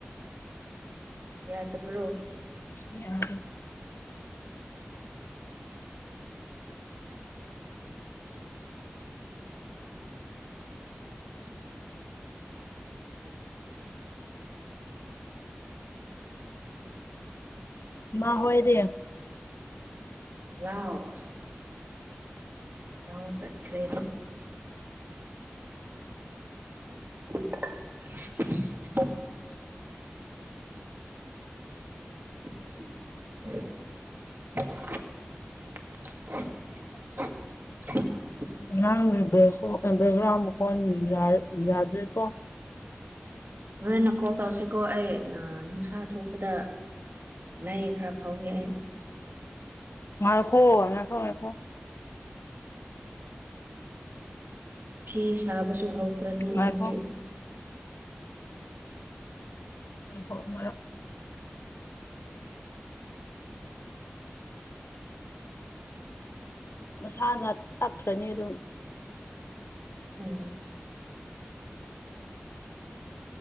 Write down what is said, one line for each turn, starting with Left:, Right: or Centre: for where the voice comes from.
Right: ꯌꯥꯗꯄ꯭ꯔꯣ
Left: ꯌꯥꯔꯦ ꯃꯥ ꯍꯣꯏꯗꯦ
Right: <unintelligible> ꯂꯧ ꯆꯠꯈ꯭ꯔꯦ <inaudible> <inaudible> <inaudible>
Left: ꯅꯪ ꯕꯦꯛꯒ꯭ꯔꯥꯎꯟ ꯃꯈꯣꯟ ꯌꯥꯗ꯭ꯔꯦꯀꯣ
Right: ꯍꯣꯔꯦꯟꯅ ꯀꯣꯜ ꯇꯧꯁꯤꯀꯣ ꯑꯩ ꯅꯨꯡꯁꯥ ꯊꯣꯛꯄꯗ ꯂꯥꯏꯌꯦꯛ ꯈꯔ <unintelligible>
Left: ꯉꯥꯏꯈꯣ ꯉꯥꯢꯈꯣ
Right: ꯐꯤ ꯁꯥꯕꯁꯨ ꯍꯧꯈ꯭ꯔꯅꯤ
Left: ꯉꯥꯏꯈꯣ
Right: ꯑꯩ ꯍꯧꯖꯤꯛ
Left: ꯃꯣꯡꯈꯣ ꯃꯔ ꯃꯁꯥꯅ ꯆꯠꯈ꯭ꯔꯅꯤ ꯑꯗꯨꯝ
Right: ꯎꯝ